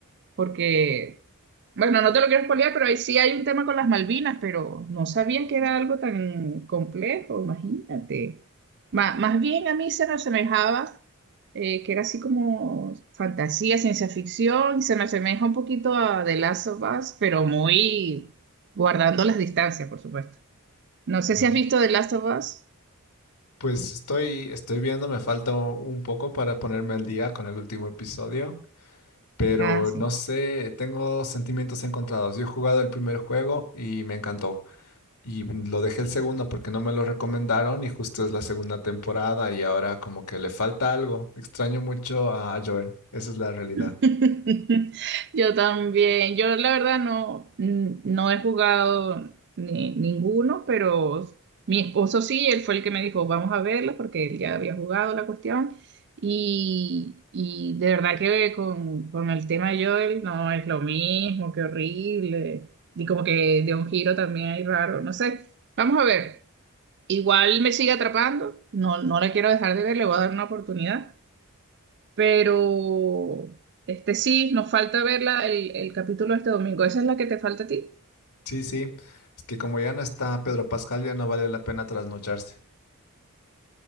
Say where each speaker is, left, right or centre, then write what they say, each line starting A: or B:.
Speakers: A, on the right (about 50°); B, on the left (about 80°).
A: porque Bueno, no te lo quiero spoilear, pero ahí sí hay un tema con las Malvinas, pero no sabía que era algo tan complejo, imagínate. Ma- más bien a mí se me asemejaba eh, que era así como fantasía, ciencia ficción, y se me asemeja un poquito a The Last of Us, pero muy guardando las distancias, por supuesto. No sé
B: No.
A: si has visto The Last of Us.
B: Pues estoy, estoy viendo, me falta un poco para ponerme al día con el último episodio. pero
A: Ah, sí.
B: no sé, tengo sentimientos encontrados. Yo he jugado el primer juego y me encantó. Y lo dejé el segundo porque no me lo recomendaron y justo es la segunda temporada y ahora como que le falta algo. Extraño mucho a, a Joel, esa es la realidad.
A: <laughs> Yo también. Yo la verdad no, n- no he jugado ni- ninguno, pero mi esposo sí, él fue el que me dijo, vamos a verlo, porque él ya había jugado la cuestión. Y, y de verdad que con, con el tema de Joel no es lo mismo, qué horrible. Y como que de un giro también hay raro, no sé. Vamos a ver. Igual me sigue atrapando. No, no la quiero dejar de ver, le voy a dar una oportunidad. Pero este sí, nos falta verla el, el capítulo este domingo. ¿Esa es la que te falta a ti?
B: Sí, sí, es que como ya no está Pedro Pascal, ya no vale la pena trasnocharse.